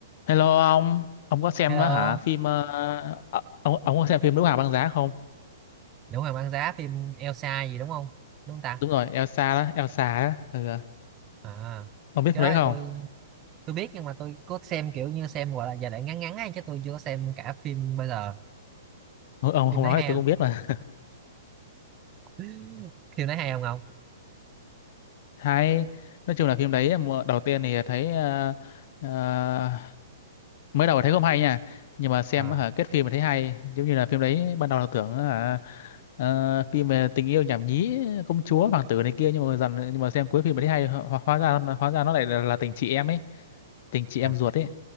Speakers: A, on the left (about 55°); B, on the right (about 30°).
A: Hello ông, ông có xem
B: Hello,
A: á hả phim ờ, ờ, ông ông có xem phim Nữ Hoàng Băng Giá không?
B: Nữ Hoàng băng giá phim Elsa gì đúng không? Đúng không ta?
A: Đúng rồi, Elsa đó, Elsa á, Ừ,
B: À,
A: ông biết
B: cái
A: phim đấy
B: đó
A: không?
B: thì tôi tôi biết nhưng mà tôi có xem kiểu như xem gọi là giai đoạn ngắn ngắn ấy chứ tôi chưa có xem cả phim bây giờ.
A: Ông, ông
B: Phim
A: không
B: đấy
A: nói
B: hay
A: thì tôi
B: không?
A: cũng biết mà.
B: <laughs> Phim đấy hay không không?
A: Hay, nói chung là phim đấy mùa đầu tiên thì thấy ờ, ờ, mới đầu thấy không hay nha, nhưng mà xem
B: À,
A: á hả kết phim mà thấy hay, giống như là phim đấy ban đầu là tưởng á hả ờ, phim về tình yêu nhảm nhí công chúa hoàng tử này kia nhưng mà dần nhưng mà xem cuối phim mà thấy hay ho, hóa ra hóa ra nó lại là, là tình chị em ấy, tình chị em
B: à,
A: ruột ấy.